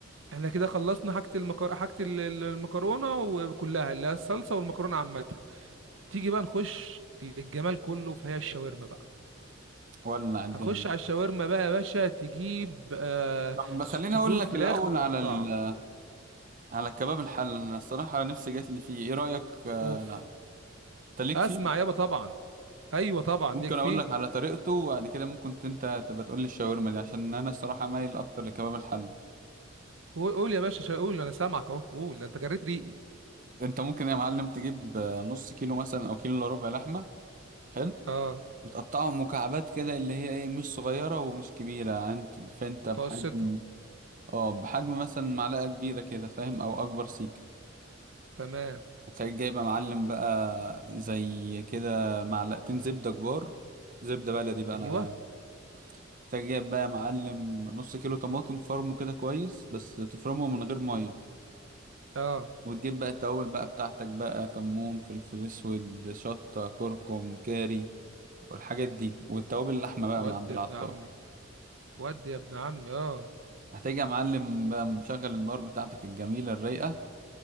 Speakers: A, on the right; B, on the right.
A: احنا كده خلصنا حاجه المكر... حاجه ال- ال- المكرونه وكلها اللي هي الصلصه والمكرونه عامه تيجي بقى نخش للجمال كله فهي الشاورما بقى
B: ولع الدنيا
A: هنخش على الشاورما بقى يا باشا تجيب آه
B: طب خليني
A: صدور
B: اقول لك
A: فراخ
B: الاول
A: متقطعه
B: على ال... على الكباب الحل انا الصراحه نفسي جات لي فيه ايه رايك آه،
A: اوف
B: انت ليك
A: اسمع
B: فيه
A: يابا طبعا ايوه طبعا
B: ممكن
A: ليك فيه
B: اقول لك على طريقته وبعد كده ممكن ت- انت تبقى تقول لي الشاورما دي عشان انا الصراحه مايل اكتر لكباب الحل
A: قول قول يا باشا شا- قول انا سامعك اهو قول ده انت جريت ريقي
B: انت ممكن يا معلم تجيب آه، نص كيلو مثلا او كيلو الا ربع لحمه حلو
A: اه
B: وتقطعهم مكعبات كده اللي هي ايه مش صغيره ومش كبيره يعني انت- فانت
A: متوسطة
B: بحجم اه بحجم مثلا معلقه كبيره كده فاهم او اكبر سيك
A: تمام
B: وتلاقيك جايبه معلم بقى زي كده معلقتين زبده كبار زبده بلدي بقى
A: ايوه
B: انا تلاقيك جايب بقى معلم نص كيلو طماطم فرمه كده كويس بس تفرمه من غير ميه
A: اه
B: وتجيب بقى التوابل بقى بتاعتك بقى كمون فلفل اسود شطه كركم كاري والحاجات دي والتوابل اللحمه بقى
A: ودي
B: من عند العطار
A: يا ابن عمي ودي يا ابن عمي اه
B: هتيجي يا معلم بقى مشغل النار بتاعتك الجميله الرايقه